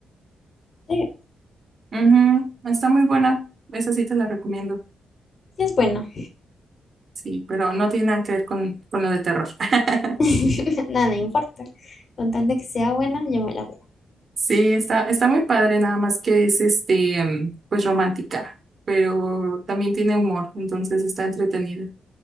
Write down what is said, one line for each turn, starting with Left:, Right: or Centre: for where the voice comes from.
Left: Sí,
Right: Ujú, Está muy buena, esa sí te la recomiendo.
Left: sí es buena.
Right: Sí, pero no tiene nada que ver con, con lo de terror. <laughs>
Left: <laughs> Nada, no importa. Con tal de que sea buena, yo me la veo.
Right: Sí, está, está muy padre, nada más que es este, mm, pues romántica, pero también tiene humor, entonces está entretenida.